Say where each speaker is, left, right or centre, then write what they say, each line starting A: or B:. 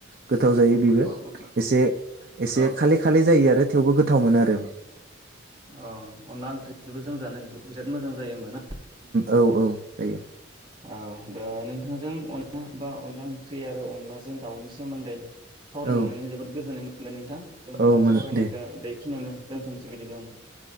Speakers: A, on the right; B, on the right.
A: गोथाव जायो बेबो।
B: औ
A: एसे-एसे
B: औ
A: खाले-खाले जायो आरो। आरो थेवबो गोथाव मोनो आरो।
B: अ अनला ओंख्रिजोंबो जों जानो बिराद मोजां जायो होनबा ना?
A: औ-औ जायो।
B: औ दा नोंथांजों अनला बा अनला ओंख्रि आरो अनलाजों दाउनि सोमोन्दै। सावराय
A: औ
B: मोननानै जोबोद गोजोननाय मोनो <unintelligible> नोंथां जोंङो
A: औ मोनो
B: सावरायनायखौ
A: दे
B: बे बेनियावनो दोन्थनोसै बिदिब्ला नोंथां।